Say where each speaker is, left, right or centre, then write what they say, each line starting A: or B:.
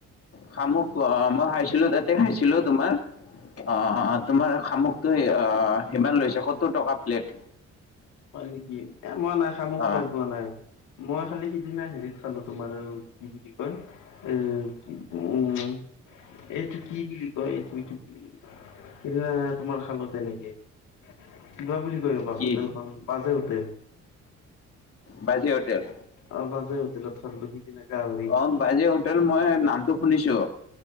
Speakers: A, on the left; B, on the left.
A: খামুক অ মই খাইছিলো তাতে খাইছিলো তোমাৰ, অ- তোমাৰ শামুকটো অ সিমান লৈছে সত্তৰ টকা প্লেট।
B: হয় নেকি এ মই নাই শামুক
A: অ
B: খাই পোৱা নাই। মই খালি সিদিনা হেৰিত খালো তোমাৰ কি বুলি কয় এ- উম, এইটো কি বুলি কয় এইটো কি- সেইদিনা তোমাৰ খালো তেনেকেই, কিবা বুলি কৈ ৰ'বা
A: কি
B: হোটেলখন। বাজৈ হোটেল,
A: বাজে হোটেল
B: অ বাজৈ হোটেলত খালো। সিদিনা গাহৰি খালো
A: অ বাজৈ হোটেল মই নামটো শুনিছো।